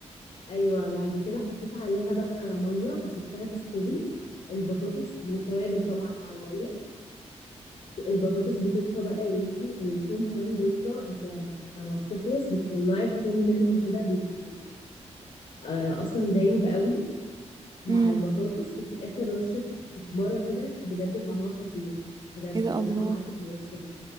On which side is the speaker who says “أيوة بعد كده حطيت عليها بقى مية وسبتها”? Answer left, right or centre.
Left